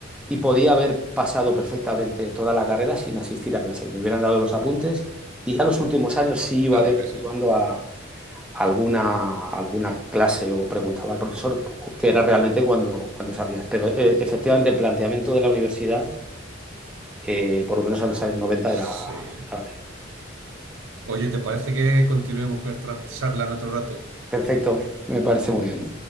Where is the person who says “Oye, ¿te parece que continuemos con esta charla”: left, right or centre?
Right